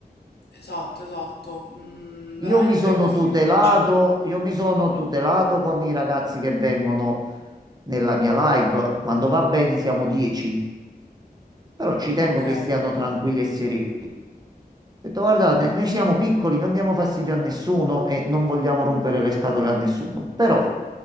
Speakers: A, on the left; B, on the right.
A: Esatto, esatto. Mm,
B: Io
A: veramente
B: mi sono
A: cose
B: tutelato,
A: che vi lasciano.
B: io mi sono tutelato con i ragazzi che vengono nella mia live. Quando va bene siamo 10, però ci tengo
A: Ok,
B: che stiano tranquilli e sereni. Ho detto, guardate, noi siamo piccoli, non diamo fastidio a nessuno e non vogliamo rompere le scatole a nessuno. Però,